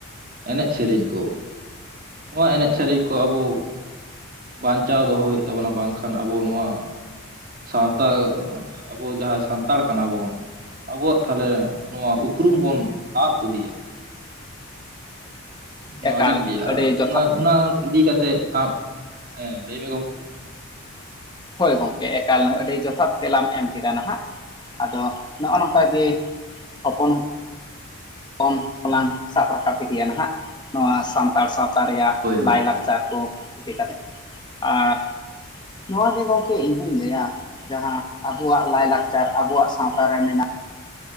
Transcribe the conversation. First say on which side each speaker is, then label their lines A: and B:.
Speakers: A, on the right; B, on the left.
A: ᱮᱱᱮᱡ ᱥᱮᱨᱮᱧ ᱠᱚ ᱱᱚᱣᱟ ᱮᱱᱮᱡ ᱥᱮᱨᱮᱧ ᱠᱚ ᱟᱵᱚ ᱵᱟᱧᱪᱟᱣ ᱫᱚᱦᱚ ᱦᱩᱭᱩᱜ ᱛᱟᱵᱚᱱᱟ ᱵᱟᱝ ᱠᱷᱟᱱ ᱟᱵᱚ ᱱᱚᱣᱟᱼᱼ ᱥᱟᱶᱛᱟ ᱟᱵᱚ ᱡᱟᱦᱟᱸ ᱥᱟᱱᱛᱟᱲ ᱠᱟᱱᱟ ᱵᱚᱱ ᱟᱵᱚᱣᱟᱜ ᱛᱟᱦᱚᱞᱮ ᱱᱚᱣᱟ ᱩᱯᱨᱩᱢ ᱵᱚᱱ ᱥᱟᱵ ᱤᱫᱤᱭᱟ ᱱᱚᱣᱟ
B: ᱢᱮ᱾ ᱮᱠᱟᱞ
A: ᱜᱤᱧ ᱞᱟᱹᱭᱟ
B: ᱟᱹᱰᱤ ᱡᱚᱛᱷᱟᱛ
A: ᱚᱱᱟ ᱚᱱᱟᱼᱼ ᱤᱫᱤ ᱠᱟᱛᱮ <unintelligible> ᱦᱮᱸ ᱞᱟᱹᱭ ᱢᱮ ᱜᱚᱝᱠᱮ
B: ᱦᱳᱭ ᱜᱚᱝᱠᱮ ᱮᱠᱟᱞ ᱟᱹᱰᱤ ᱡᱚᱛᱷᱟᱛ ᱛᱮᱞᱟᱢ ᱮᱢ ᱠᱮᱫᱟ ᱱᱟᱦᱟᱜ ᱟᱫᱚ ᱱᱚᱜᱼᱚ ᱱᱚᱝᱠᱟ ᱜᱮᱼᱼ ᱦᱚᱯᱚᱱ ᱠᱚᱱ ᱦᱚᱞᱟᱱ ᱥᱟᱵ ᱨᱟᱠᱟᱵ ᱤᱫᱤᱭᱟ ᱱᱟᱦᱟᱜ ᱱᱚᱣᱟ <unintelligible> ᱥᱟᱱᱛᱟᱲ ᱥᱟᱶᱛᱟ ᱨᱮᱭᱟᱜ
A: ᱦᱳᱭ ᱦᱳᱭ
B: ᱞᱟᱭᱼᱞᱟᱠᱪᱟᱨ ᱠᱚ ᱤᱫᱤ ᱠᱟᱛᱮ ᱟᱨ ᱱᱚᱣᱟ ᱡᱮ ᱜᱚᱝᱠᱮ ᱤᱧ ᱦᱚᱧ ᱞᱟᱹᱭᱟ᱾ ᱡᱟᱦᱟᱸ ᱟᱵᱚᱣᱟᱜ ᱞᱟᱭ ᱞᱟᱠᱪᱟᱨ ᱟᱵᱚᱣᱟᱜ ᱥᱟᱶᱛᱟ ᱨᱮ ᱢᱮᱱᱟᱜ-ᱟ